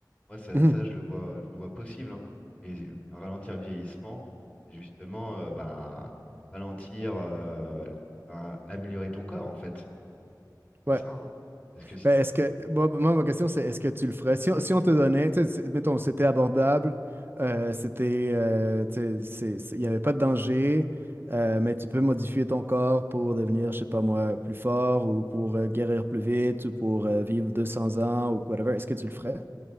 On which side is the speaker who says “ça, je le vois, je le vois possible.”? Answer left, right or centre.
Left